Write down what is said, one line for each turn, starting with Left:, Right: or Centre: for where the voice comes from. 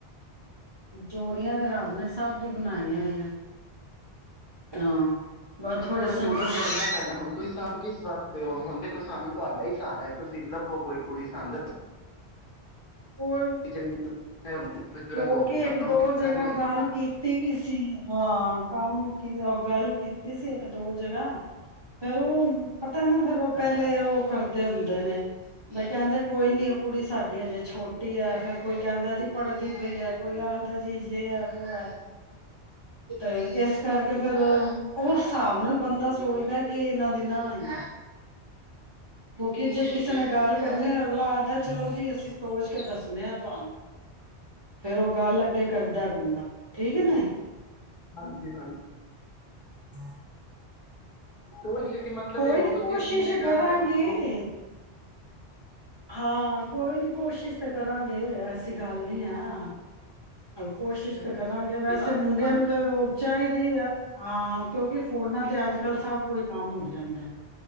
Right: ਜੋੜੀਆਂ ਦੇ ਰਾਤ ਉਹਨੇ ਸਭ ਦੀ ਬਣਾਈਆਂ ਆਂ। ਹਾਂ ਬਸ ਥੋੜੇ
Left: ਥੋੜਾ
Right: ਸੰਜੋਗ
Left: ਤੇ ਉਦਮ ਕਰਨਾ ਪੈਣਾ ਹੁਣ ਤੁਸੀਂ ਸਾਬ ਕਿਸ ਵਾਸਤੇ ਹੋ ਹੁਣ ਦੇਖੋ ਸਾਨੂੰ ਤੁਹਾਡਾ ਹੀ ਸਾਅਰਾ ਐ, ਤੁਸੀਂ ਲੱਭੋ ਕੋਈ ਕੁੜੀ ਸਾਨ
Right: ਕੋਈ,
Left: ਜਿਹੜੀ ਹੈ ਹੁਣ ਬਜ਼ੁਰਗ
Right: ਕਿਉਂਕਿ
Left: ਹੋ ਗਈ ਕੰਮ
Right: ਇੱਕ-ਦੋ
Left: ਵਗੈਰਾ
Right: ਜਗ੍ਹਾ
Left: ਨਹੀਂ ਹੁੰਦਾ
Right: ਗੱਲ ਕੀਤੀ ਵੀ ਸੀ। ਹਾਂ, ਕੰਮ ਕੀ ਗੱਲ ਕੀਤੀ ਸੀ ਇੱਕ ਦੋ-ਜਗ੍ਹਾ ਫੇਰ ਉਹ ਪਤਾ ਨਾ ਫੇਰ
Left: ਅੱਛਾ
Right: ਉਹ ਪਹਿਲੇ
Left: ਅੱਛਾ
Right: ਉਹ ਕਰਦੇ ਹੁੰਦੇ ਨੇ, ਤੇ ਕਹਿੰਦੇ ਕੋਈ ਨੀ ਕੁੜੀ ਸਾਡੀ ਅਜੇ ਛੋਟੀ ਹੈ, ਫੇਰ ਕੋਈ ਕਹਿੰਦਾ ਜੀ ਪੜ੍ਹਦੀ ਪਈ ਹੈ, ਕੋਈ ਆਖਦਾ ਜੀ ਯੇ ਹੈ ਵੋ ਹੈ ਤੇ ਇਸ ਕਰਕੇ ਫੇਰ ਉਸ ਹਿਸਾਬ ਨਾਲ ਬੰਦਾ ਸੋਚਦਾ ਕਿ ਇਹਨਾ ਦੀ ਨਾਹੀ ਹੈ। ਕਿਉਂਕਿ ਜੇ ਕਿਸੇ ਨੇ ਗੱਲ ਕਰਨੀ ਅਗਲਾ ਆਖਦਾ ਚਲੋ ਜੀ, ਅਸੀਂ ਸੋਚ ਕੇ ਦੱਸਣੇ ਆ ਤੁਹਾਨੂੰ ਫੇਰ ਉਹ ਗੱਲ ਅੱਗੇ ਕਰਦਾ ਬੰਦਾ, ਠੀਕ ਹੈ ਨਾ।
Left: ਹਾਂਜੀ-ਹਾਂਜੀ।
Right: ਹਾਂ।
Left: ਉਹ ਲੇਟ ਮਤਲਬ
Right: ਕੋਈ
Left: ਹੇ ਹੁਣ
Right: ਨੀ
Left: ਤੁਸੀਂ
Right: ਕੋਸ਼ਿਸ਼
Left: ਆਪਣੀ ਨਿਗਾਹ
Right: ਕਰਾਂਗੇ
Left: ਚ ਰੱਖੋ।
Right: ਹਾਂ, ਕੋਈ ਨੀ ਕੋਸ਼ਿਸ਼ ਤੇ ਕਰਾਂਗੇ, ਐਸੀ ਗੱਲ ਨੀ ਹੈ। ਕੋਸ਼ਿਸ਼
Left: ਦੇਖੋ
Right: ਤੇ ਕਰਾਂਗੇ ਵੈਸੇ
Left: ਸਾਰਾ
Right: ਮੁੰਡਿਆਂ
Left: ਹੈ।
Right: ਨੂੰ ਤਾਂ ਉਹ ਚਾਹੀਦੀ ਹੈ ਹਾਂ, ਕਿਉਂਕਿ ਫੋਨਾਂ ਤੇ ਅੱਜ ਕੱਲ੍ਹ ਸਭ ਕੋਈ ਕੰਮ ਹੋ ਜਾਂਦਾ ਹੈ।